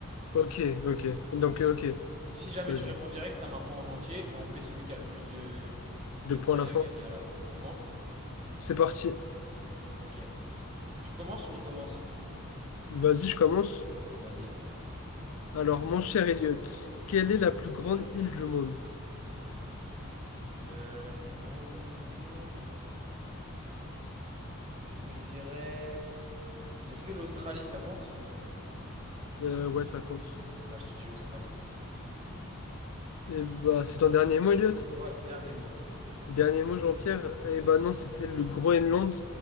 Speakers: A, on the left; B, on the right.
A: Ok, ok. Donc, euh, ok.
B: Si jamais
A: Vas-y.
B: tu réponds direct, t'as un point en entier et on fait celui qui a le plus de,
A: Deux
B: de
A: points
B: points,
A: à la
B: il
A: fin.
B: a gagné à la fin. C'est bon?
A: C'est parti.
B: Ok. Tu commences ou je commence?
A: Vas-y, je commence.
B: Vas-y.
A: Alors, mon cher Elliot, quelle
B: Hmm.
A: est la plus grande île du monde?
B: Euh, la plus grande île du monde. Je te dirais. Est-ce que l'Australie ça compte
A: Euh, ouais, ça compte.
B: Bah, je te dis l'Australie.
A: Et bah, c'est ton dernier mot, Elliot?
B: Ouais, dernier mot.
A: Dernier mot, Jean-Pierre? Eh bah non, c'était le Groenland.